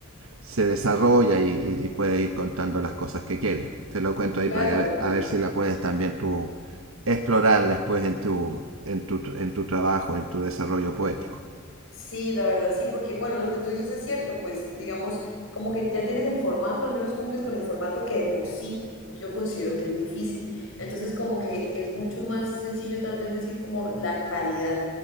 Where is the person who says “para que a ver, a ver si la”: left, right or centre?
Right